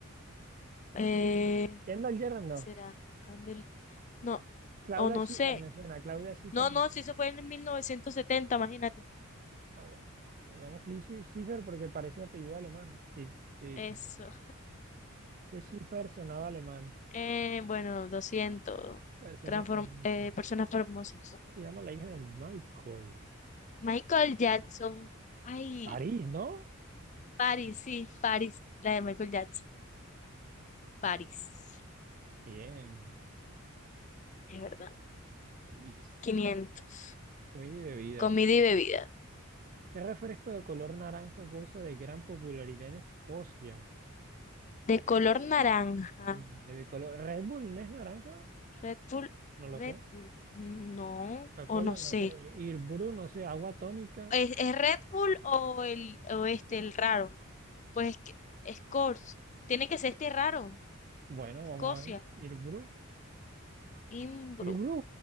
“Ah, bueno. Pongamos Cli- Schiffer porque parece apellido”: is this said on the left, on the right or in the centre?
Right